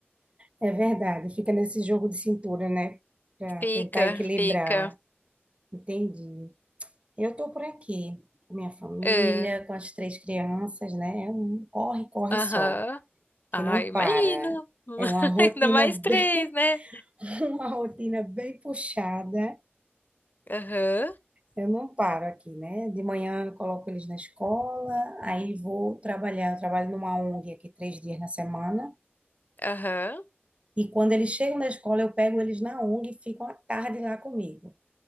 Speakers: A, on the right (about 30°); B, on the left (about 45°).
A: É verdade, fica nesse jogo de cintura, né? Para
B: Fica,
A: tentar equilibrar.
B: fica.
A: Entendi. Eu estou por aqui, com minha família,
B: É,
A: com as três crianças, né? É um corre, corre
B: Aham.
A: só, que
B: Ah,
A: não
B: imagino.
A: para.
B: <laughs>
A: É uma rotina
B: Ainda mais
A: bem,
B: três, né?
A: <laughs> uma rotina bem puxada.
B: Aham,
A: Eu não paro aqui, né? De manhã eu coloco eles na escola, aí vou trabalhar. Eu trabalho numa ONG aqui três dias na semana.
B: aham.
A: E quando eles chegam da escola, eu pego eles na ONG e ficam a tarde lá comigo.